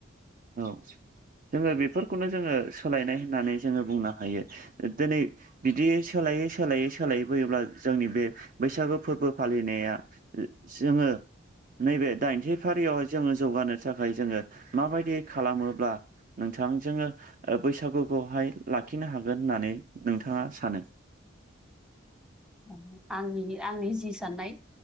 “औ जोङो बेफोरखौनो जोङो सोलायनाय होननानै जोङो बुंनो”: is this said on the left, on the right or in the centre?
Right